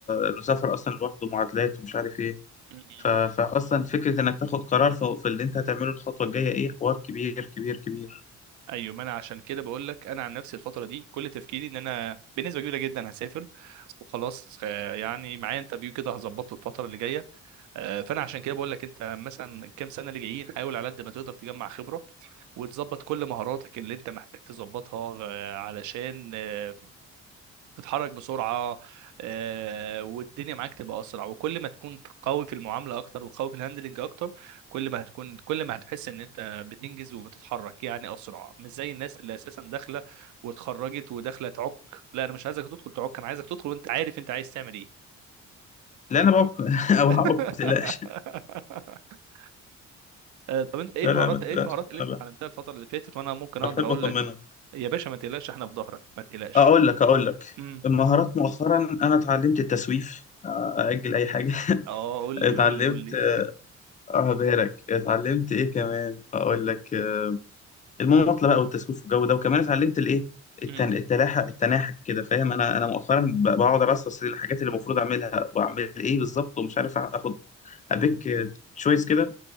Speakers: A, on the left (about 25°); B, on the right (about 75°).
A: المسافر اصلا لوحده معادلات ومش عارف ايه
B: م- م-
A: ف- فاصلا فكرة انك تاخد قرار في في اللي انت هتعمله الخطوة الجاية ايه حوار كبير كبير كبير
B: ايوه ما انا عشان كده بقول لك انا عن نفسي الفتره دي كل تفكيري ان انا بنسبه كبيره جدا هسافر وخلاص آه، يعني معايا انترفيو كده هظبطه الفتره اللي جايه آه، فانا عشان كده بقول لك انت مثلا الكام سنه اللي جايين حاول على قد ما تقدر تجمع خبره وتظبط كل مهاراتك اللي انت محتاج تظبطها آه، علشان آه، تتحرك بسرعه آه، والدنيا معاك تبقى اسرع وكل ما تكون قوي في المعامله اكتر وقوي في الهاندلنج اكتر كل ما هتكون كل ما هتحس ان انت بتنجز وبتتحرك يعني اسرع مش زي الناس اللي اساسا داخله واتخرجت وداخله تعك لا انا مش عايزك تدخل تعك انا عايزك تدخل وانت عارف انت عايز تعمل ايه
A: لا انا بعك <laughs> او
B: <laughs>
A: هعك ما تقلقش
B: آه، طب انت ايه
A: لا
B: المهارات
A: لا ما تقلقش
B: ايه المهارات اللي انت
A: انا
B: اتعلمتها
A: ب-
B: الفتره اللي فاتت وانا ممكن
A: بحب
B: اقدر اقول
A: اطمنك
B: لك يا باشا ما تقلقش احنا في ظهرك ما تقلقش
A: اقول لك اقول لك
B: امم
A: المهارات مؤخرا انا اتعلمت التسويف آه، اجل اي حاجه <laughs>
B: اه قول لي
A: اتعلمت
B: قول لي قول لي
A: اه بهرك اتعلمت ايه كمان اقول لك آه، المماطله بقى والتسويف والجو ده وكمان اتعلمت الايه التن...
B: امم
A: التلاحة التناحة كده فاهم انا انا مؤخرا ب- بقعد ارصص الحاجات اللي المفروض اعملها واعمل ايه بالظبط ومش عارف اخد ابيك تشويس كده